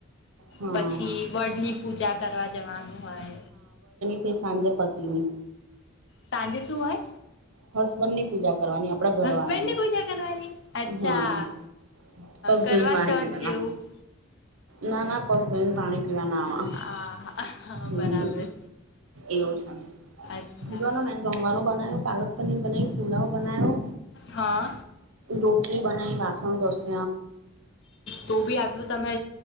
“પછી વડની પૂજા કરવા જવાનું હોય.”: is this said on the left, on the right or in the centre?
Left